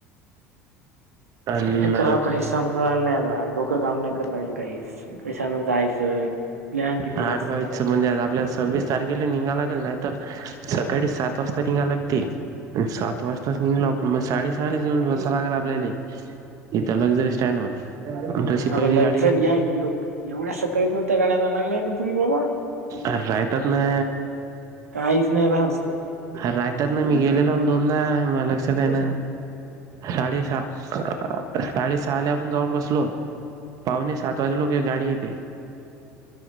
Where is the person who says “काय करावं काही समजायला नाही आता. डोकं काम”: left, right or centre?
Right